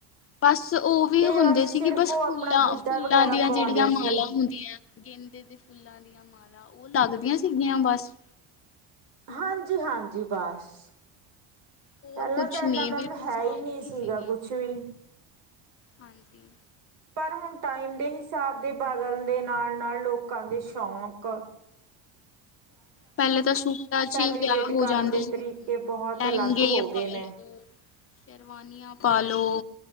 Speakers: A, on the left (about 30°); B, on the right (about 65°).
A: ਬਾੱਸ ਓ ਵੀ
B: ਤੇ
A: ਹੁਂਦੇ
B: ਬਸ
A: ਸੀ
B: ਸਿਰਫ
A: ਕਿ ਬਾੱਸ
B: ਉਹ ਆਪਣਾ
A: ਫੁੱਲਾ,
B: ਗਿੱਧਾ
A: ਫੁੱਲਾ
B: ਵਗੈਰਾ
A: ਦੀਆ
B: ਪਾਉਂਦੇ
A: ਜੇੜੀਆਂ ਮਾਲਾ
B: ਸੀ।
A: ਹੁਂਦੀਆਂ ਗੇਂਦੇ ਦੇ ਫੁੱਲਾਂ ਦੀਆਂ ਮਾਲਾ ਓ ਲੱਗਦੀਆਂ ਸੀਗੀਆਂ ਬਾੱਸ।
B: ਹਾਂਜੀ-ਹਾਂਜੀ, ਬਾੱਸ।
A: ਹੋਰ
B: ਪੈਲਾ
A: ਕੁਛ
B: ਤਾਂ
A: ਨਹੀਂ
B: ਐਨਾ ਨਨ
A: ਬਿਲਕੁਲ ਸਾਦਗੀ
B: ਹੈ ਈ ਨੀ ਸੀਗਾ
A: ਸੀਗੀ
B: ਕੁਛ ਵੀ।
A: ਹਾਂਜੀ।
B: ਪਰ ਹੋਨ ਟਾਈਮ ਦੇ ਹਿਸਾਬ ਦੇ ਬਦਲ ਦੇ ਨਾਲ-ਨਾਲ ਲੋਕਾਂ ਦੇ ਸ਼ੌਂਕ
A: ਪੈਲੇ ਤਾਂ ਸੂਟਾ ਚ
B: ਸੈਲੀਬ੍ਰੇਟ
A: ਈ ਵਿਆ ਹੋ
B: ਕਰਨ
A: ਜਾਂਦੇ
B: ਦੇ
A: ਸੀ,
B: ਤਰੀਕੇ ਬਹੁਤ
A: ਲੈੰਗੇ
B: ਅਲੱਗ ਹੋ
A: ਪਾਲੋ
B: ਗਏ ਨੇ।
A: ਓ ਸ਼ੇਰਵਾਨੀਆਂ ਪਾਲੋ